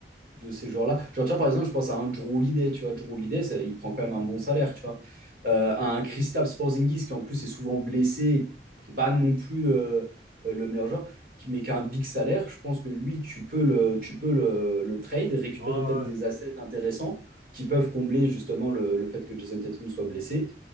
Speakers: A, on the right (about 55°); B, on the right (about 75°).
A: de ces joueurs-là. Genre, tu vois, par exemple, je pense à un Drew Holiday, tu vois, Drew Holiday, ça, il prend quand même un bon salaire, tu vois. Euh, à un Kristaps Porzingis qui, en plus, est souvent blessé, qui est pas non plus euh, euh, le meilleur joueur, qui- mais qui a un big salaire, je pense que lui, tu peux le, tu peux le, le trade, récupérer
B: Ouais, ouais,
A: peut-être des
B: ouais.
A: assets intéressants qui peuvent combler justement le, le fait que Jason Tatum soit blessé